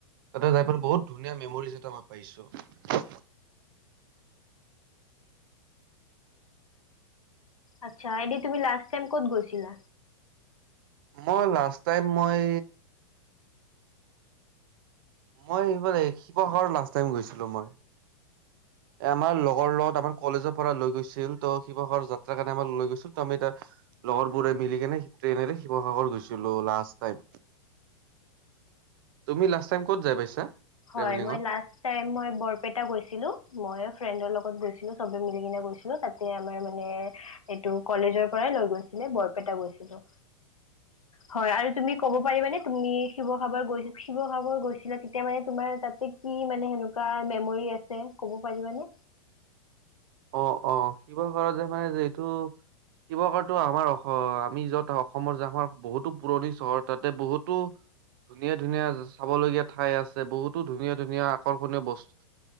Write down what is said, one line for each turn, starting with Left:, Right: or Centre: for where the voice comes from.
Right: তাতে যাই প বহুত ধুনীয়া মেমৰিজ এটা মই পাইছো
Left: আচ্ছা এনে তুমি লাষ্ট টাইম ক'ত গৈছিলা?
Right: মই লাষ্ট টাইম মই মই এইবাৰ শিৱসাগৰ লাষ্ট টাইম গৈছিলো মই আমাৰ লগৰ লগত আমাৰ কলেজৰ পৰা লৈ গৈছিল ত শিৱসাগৰ যাত্ৰা কাৰণে আমাৰ লৈ গৈছিল ত আমি তাৰ লগৰবোৰে মিলি কেনে ট্ৰেইনেৰে শিৱসাগৰ গৈছিলো লাষ্ট টাইম তুমি লাষ্ট টাইম কত যাই পাইছা? ট্ৰেভেলিঙত?
Left: হয় মই লাষ্ট টাইম মই বৰপেতা গৈছিলোঁ মই ফ্ৰেণ্ডৰ লগত গৈছিলো চবে মিলি কিনে গৈছিলো তাতে আমাৰ মানে এইটো কলেজৰ পৰাই লৈ গৈছিলে বৰপেটা গৈছিলো হয় আৰু তুমি ক'ব পাৰিবানে তুমি শিৱসাগৰ গ শিৱসাগৰ গৈছিলা তেতিয়া মানে তোমাৰ তাতে কি মানে সেনেকুৱা মেমৰি আছে ক'ব পাৰিবানে?
Right: অ অ শিৱসাগৰৰ যে মানে যিটো শিৱসাগৰটো আমাৰ অসম আমি যত অসমৰ যে আমাৰ বহুতো পুৰণি চহৰ তাতে বহুতো ধুনীয়া ধুনীয়া চাবলগীয়া ঠাই আছে বহুতো ধুনীয়া ধুনীয়া আকৰ্ষণীয় বস্তু